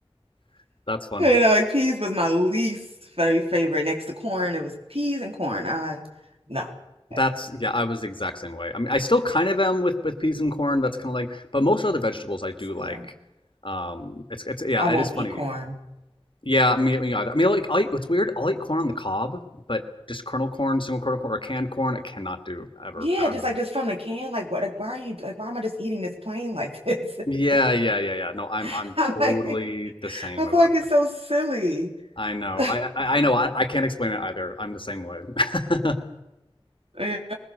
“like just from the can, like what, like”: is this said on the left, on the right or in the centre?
Right